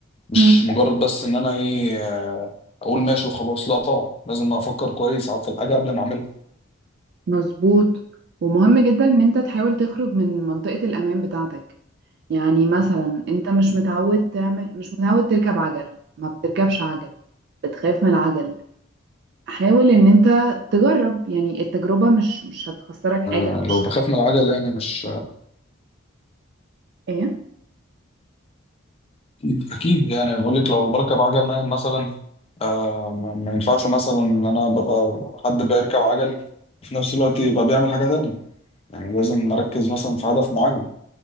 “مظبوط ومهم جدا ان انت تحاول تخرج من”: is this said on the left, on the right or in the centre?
Right